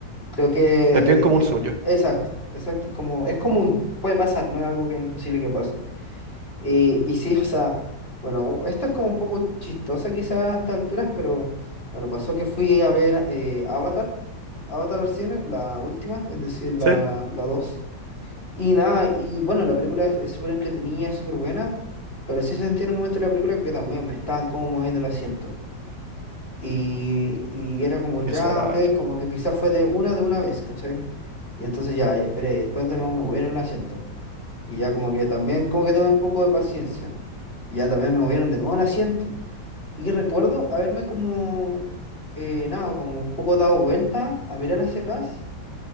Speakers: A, on the left (about 35°); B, on the right (about 70°).
A: creo que,
B: Es bien común, según
A: eh,
B: yo.
A: exacto, exacto, es como, es común, puede pasar, no es algo que es imposible que pase. Y, y sí, o sea, bueno, esto es como un poco chistosa quizás a estas alturas, pero bueno, pasó que fui a ver eh, Avatar, Avatar al cine, la última, es decir, la,
B: Sí.
A: la dos Y nada, y bueno, la película es es súper entretenida, es súper buena, pero sí sentí en un momento de la película que también me estaban como moviendo el asiento. Y, y era como
B: Porque
A: ya,
B: es agradable.
A: ok, como que quizás fue de una de una vez, ¿cachai? Y entonces ya, y esperé, y después de nuevo me movieron el asiento. Y ya como que también, como que tuve un poco de paciencia. Y ya también me movieron de nuevo el asiento. Y recuerdo haberme como, eh, nada, como un poco dado vuelta a mirar hacia atrás.